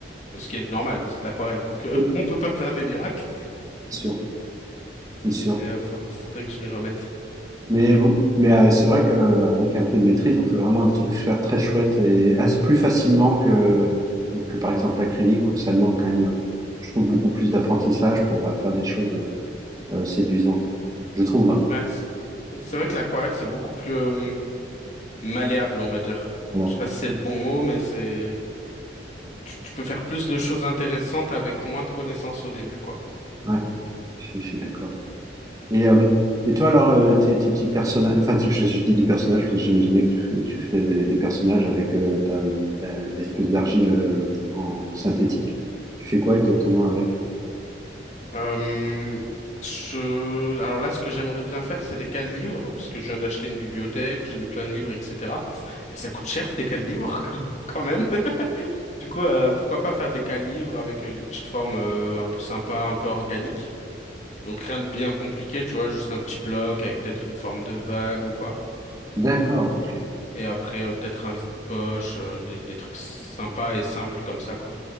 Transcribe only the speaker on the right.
Oui,
C'est sûr, c'est sûr.
Mais bon, mais euh, c'est vrai qu'avec un peu de maîtrise, on peut vraiment des trucs faire très chouettes et as- plus facilement que, que par exemple l'acrylique, où ça demande quand même, euh, je trouve, beaucoup plus d'apprentissage pour euh, faire des choses euh, euh, séduisantes. Je trouve, hein.
Voilà.
Ouais. je suis je suis d'accord. Et, euh, et toi, alors, euh, tes, tes petits personnages, enfin, tu- je, je dis des personnages parce que j'imaginais que tu fais, tu fais des personnages avec euh, ta- la- l'espèce d'argile euh, en, en synthétique. Tu fais quoi exactement avec?
D'accord, ok,